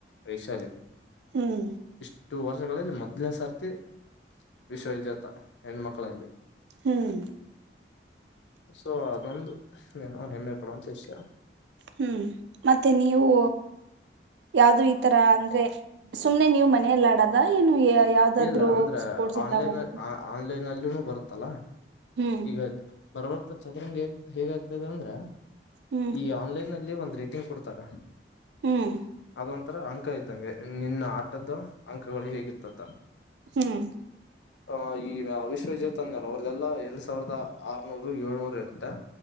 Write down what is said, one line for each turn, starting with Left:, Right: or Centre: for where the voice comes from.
Left: ವೈಶಾಲಿ.
Right: ಹ್ಮ್.
Left: ಈ ವರ್ಷಗಳಲ್ಲಿ ಮೊದ್ನೇ ಸರ್ತಿ ವಿಶ್ವವಿಜಾತಾ. ಹೆಣ್ಣ ಮಕ್ಕಳಲ್ಲಿ
Right: ಹ್ಮ್
Left: ಸೊ ಅದೊಂದು. ಹೇ ಏನು ಬಿಡು ಶಿಸ್ಯಾ.
Right: ಹ್ಮ್ ಮತ್ತೆ ನೀವು. ಯಾವ್ದು ಈ ತರ ಅಂದ್ರೆ ಸುಮ್ನೆ ನೀವು ಮನೆಲಿ ಆಡದ ಏನು. ಯಾವ್ದಾದ್ರು
Left: ಇಲ್ಲ ಅಂದ್ರೆ
Right: ಸ್ಪೋರ್ಟ್ಸ್
Left: ಆನ್ಲೈನ್
Right: ಇದ್ದಾಗ ಹೋಗ್ತ
Left: ಆನ್ಲೈನ್ಲ್ಲಿ. ಎಲ್ಲ ಬರುತ್ತಲ್ಲ
Right: ಹ್ಮ್
Left: ಈಗ ಬರಬರುತ ಚದರಂಗಗ್ ಹೇಗ ಆಗ್ತದೆ ಅಂದ್ರೆ.
Right: ಹ್ಮ್
Left: ಈ ಆನ್ಲೈನ್ ಅಲ್ಲಿ ಒಂದ್ ರೇಟಿಂಗ್ ಕೊಡ್ತಾರ.
Right: ಹ್ಮ್.
Left: ಒಂತರ ಅಂಕ ಇದ್ದಂಗೆ ನಿನ್ನ ಆಟದ್ದ ಅಂಕಗಳು ಹೇಗಿರತವ.
Right: ಹ್ಮ್.
Left: ಆಹ ಈ ವಿಶ್ವವಿಜಾತ ಅಂದಲ್ಲ ಅವ್ರದೆಲ್ಲ ಎರಡ್ ಸಾವಿರದ ಆರ್ನೂರು ಏಳ್ನೂರು ಇರುತ್ತೆ.